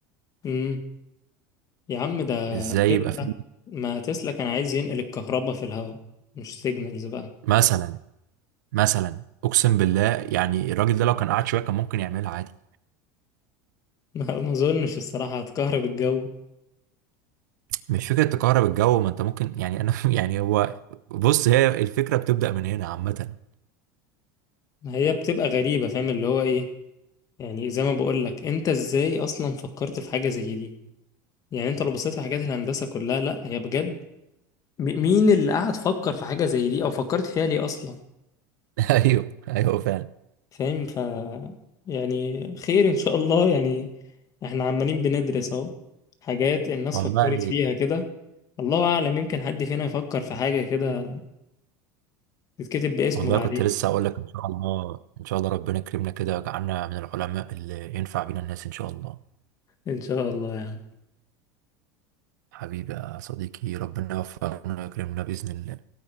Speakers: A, on the left (about 35°); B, on the right (about 85°).
A: امم يا عم ده
B: ازاي
A: تسلا
B: يبقى في
A: ما تسلا كان عايز ينقل الكهرباء في الهواء مش سيجنالز بقى
B: مثلا مثلا اقسم بالله يعني الراجل ده لو كان قعد شويه كان ممكن يعملها عادي
A: <laughs> ما ما اظنش الصراحة هتكهرب الجو
B: مش فكره تكهرب الجو ما انت ممكن يعني انا <laughs> يعني هو بص هي الفكره بتبدا من هنا عامه
A: ما هي بتبقى غريبة فاهم اللي هو ايه يعني زي ما بقول لك انت ازاي اصلا فكرت في حاجة زي دي يعني انت لو بصيت في حاجات الهندسة كلها لا هي بجد م- مين اللي قعد فكر في حاجة زي دي او فكرت فيها ليه اصلا
B: <laughs> ايوه ايوه فعلا
A: فاهم ف يعني خير ان شاء الله يعني احنا عمالين بندرس اهو حاجات الناس
B: والله
A: فكرت فيها كده الله اعلم يمكن حد فينا يفكر في حاجة كده تتكتب باسمه
B: والله
A: بعدين
B: كنت لسه اقول لك ان شاء الله ان شاء الله ربنا يكرمنا كده ويجعلنا من العلماء اللي ينفع بينا الناس ان شاء الله
A: ان شاء الله يعني
B: حبيبي يا صديقي ربنا يوفقنا ويكرمنا باذن الله